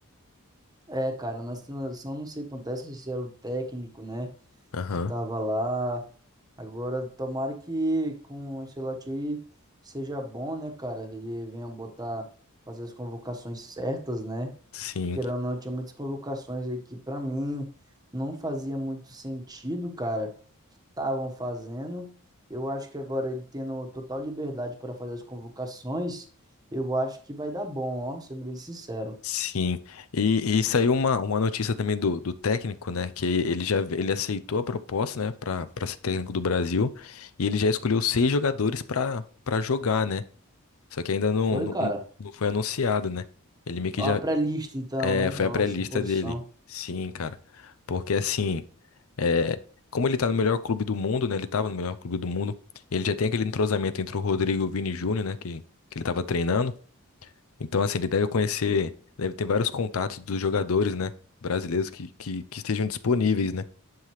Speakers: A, on the right; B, on the left.
A: É, cara, na seleção não sei o que acontece se é o técnico, né?
B: Aham.
A: que tava lá. Agora, tomara que com o Ancelotti aí seja bom, né, cara? Ele venha botar, fazer as convocações certas, né?
B: Sim,
A: Querendo ou não, tinha muitas convocações aí que pra mim não fazia muito sentido, cara. Estavam fazendo. Eu acho que agora ele tendo total liberdade para fazer as convocações, eu acho que vai dar bom, ó, sendo bem sincero.
B: sim. E, e saiu uma, uma notícia também do, do técnico, né? Que ele já ele aceitou a proposta, né? Para para ser técnico do Brasil. E ele já escolheu seis jogadores para para jogar, né? Só que ainda não,
A: Foi,
B: não,
A: cara?
B: não foi anunciado, né? Ele meio que
A: É uma
B: já
A: pré-lista, então,
B: é,
A: né?
B: foi
A: É
B: a
A: uma
B: pré-lista
A: suposição.
B: dele. Sim, cara. Porque assim, é, como ele tá no melhor clube do mundo, né? Ele tava no melhor clube do mundo. Ele já tem aquele entrosamento entre o Rodrigo e o Vini Júnior, né? Que, que ele tava treinando. Então, assim, ele deve conhecer, deve ter vários contatos dos jogadores, né? Brasileiros que, que, que estejam disponíveis, né?